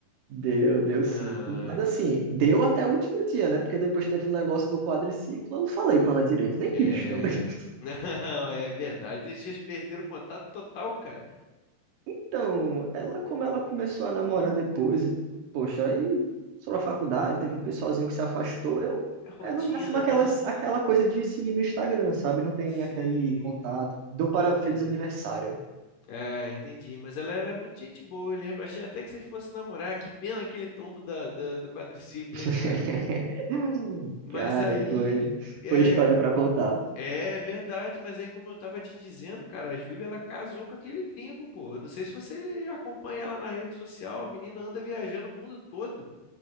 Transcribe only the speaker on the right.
Deu, deu
sim. Mas
assim, deu até o último dia, né? Porque depois teve um negócio do quadriciclo, eu não falei com ela direito, nem
quis também. <laughs>
Então, ela, como ela começou a namorar depois, e, poxa, aí só a faculdade, teve um pessoalzinho que se afastou, eu,
é no máximo aquela,
aquela coisa de seguir no Instagram, sabe? Não tem
aquele contato. Dou para
feliz aniversário.
<laughs>
Cara,
foi,
foi história para contar.